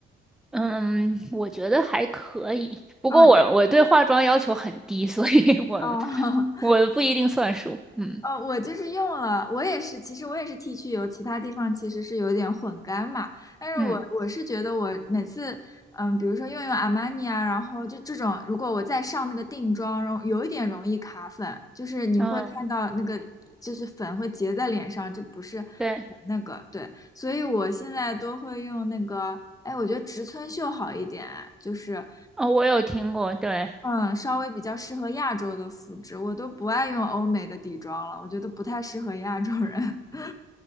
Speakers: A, in the centre; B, on the left.
A: 嗯，我觉得还可以。不过我我对化妆要求很低，
B: 啊，那
A: 所以 <laughs> 我
B: 哦，<laughs>
A: 我不一定算数。嗯
B: 哦，我就是用了，我也是，其实我也是 T 区油，其他地方其实是有点混干嘛。但是我我是觉得我每次，
A: 嗯
B: 嗯，比如说用用阿玛尼啊，然后就这种，如果我再上那个定妆，然后有一点容易卡粉，就是你会看到那个就是粉会结在脸上，
A: 嗯，
B: 这不是很
A: 对，
B: 那个，对。所以我现在都会用那个，哎，我觉得植村秀好一点，就是。
A: 哦，我有听过，对。
B: 嗯，稍微比较适合亚洲的肤质，我都不爱用欧美的底妆了，我觉得不太适合亚洲人。<laughs>